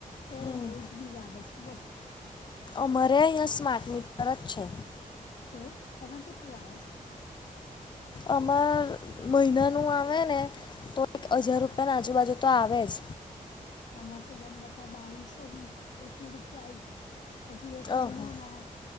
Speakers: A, on the left; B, on the left.
A: તે
B: હમ
A: બહઉ જ બિલ આવે છે બોલ.
B: અમારે અહિયાં સ્માર્ટ મીટર જ છે.
A: એવું તમારે કેટલું <inaudible> <unintelligible>
B: અમાર મહિના નું આવે ને. તો એક હજાર રૂપિયાની આજુબાજુ તો આવે જ.
A: હમાં તો વન બકા બાવીસ. તો એકવી રૂપિયા હજુ એક
B: ઓહો
A: મહિનોના.